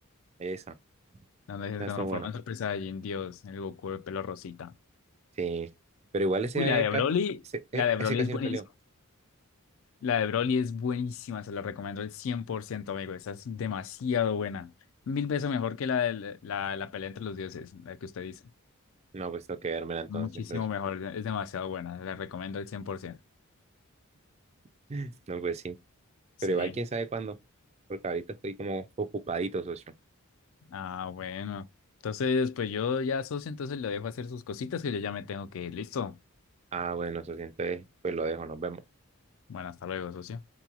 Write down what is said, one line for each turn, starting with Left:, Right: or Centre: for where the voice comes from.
Right: Esa,
Left: donde se
Right: esa
Left: transforma
Right: estuvo buena.
Left: en Super Saiyajin Dios, el Goku de pelo rosita.
Right: Sí, pero igual ese,
Left: Uy, la de
Right: eh, ca-
Left: Broly,
Right: ese, eh,
Left: la de
Right: ese
Left: Broly
Right: casi
Left: es buenísima.
Right: no salió.
Left: La de Broly es buenísima, se la recomiendo el 100%, amigo. Esa es demasiado buena. Mil veces mejor que la de la, la- la pelea entre los dioses, la que usted dice.
Right: No, pues tengo que vérmela entonces.
Left: Muchísimo
Right: socio.
Left: mejor, es demasiado buena, la recomiendo el 100%.
Right: <laughs> No, pues sí.
Left: Sí,
Right: Pero igual quién sabe cuándo, porque ahorita estoy como ocupadito, socio.
Left: ah, bueno. Entonces, pues yo ya, socio, entonces le dejo hacer sus cositas que yo ya me tengo que ir. Listo.
Right: Ah, bueno, eso sí, entonces, pues lo dejo, nos vemos.
Left: Bueno, hasta luego, socio.